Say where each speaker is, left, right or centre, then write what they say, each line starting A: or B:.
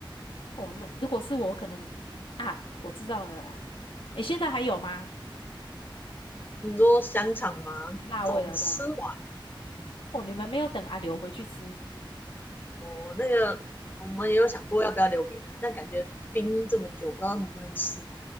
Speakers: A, on the left; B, on the left.
A: 哦，那如果是我，可能啊，我知道了啦。哎，现在还有吗？
B: 你说香肠吗？
A: 辣味的，
B: 早吃完
A: 对啊。哦，你们没有等阿刘回去吃。
B: 哦，那个我们也有想过要不要留给他，但感觉冰这么久，不知道能不能吃。